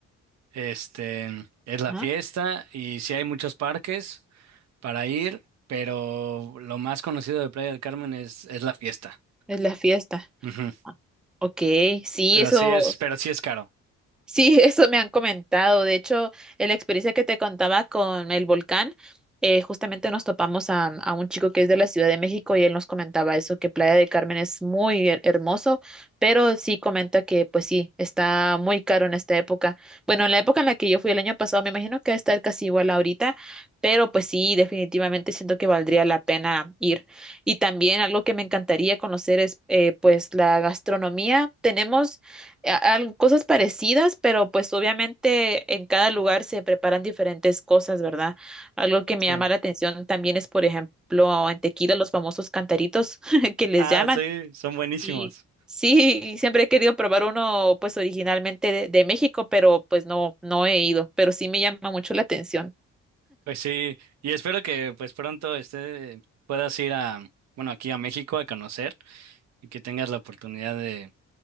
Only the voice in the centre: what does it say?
ajá,
Es la fiesta.
Ah, Ok, sí,
eso.
Sí, <laughs> eso me han comentado. De hecho, en la experiencia que te contaba con el volcán, eh, justamente nos topamos a, a un chico que es de la Ciudad de México y él nos comentaba eso, que Playa del Carmen es muy her- hermoso, pero sí comenta que, pues sí, está muy caro en esta época. Bueno, en la época en la que yo fui el año pasado, me imagino que va a estar casi igual ahorita, pero pues sí, definitivamente siento que valdría la pena ir. Y también algo que me encantaría conocer es, eh, pues, la gastronomía. Tenemos a- al- cosas parecidas, pero pues obviamente en cada lugar se preparan diferentes cosas, ¿verdad? Algo que me
llama la atención también es, por ejemplo, en tequila los famosos cantaritos <laughs> que les
llaman.
Y sí, y siempre he querido probar uno pues originalmente de, de México, pero pues no, no he ido, pero sí me llama mucho la atención.